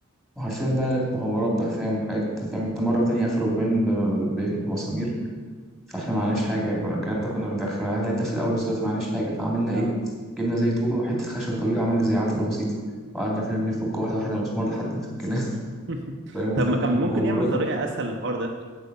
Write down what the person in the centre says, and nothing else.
وحرفيا بقى لعبت مغامرات بقى فاهم وحاجات فاهم انت مرة تانية قفلوا بيبان ب- ب- بمسامير فاحنا معناش حاجة يعني كنا- الكلام ده كنا بندخل احنا ده في الأول بس دلوقتي معناش حاجة فعملنا ايه
جبنا زي طوبة وحتة خشبة طويلة عملنا زي عتلة بسيطة وقعدنا فاهم نفك واحدة واحدة مسمار لحد ما فكناه <laughs>
فاهم وكانت
كانت
مغامرات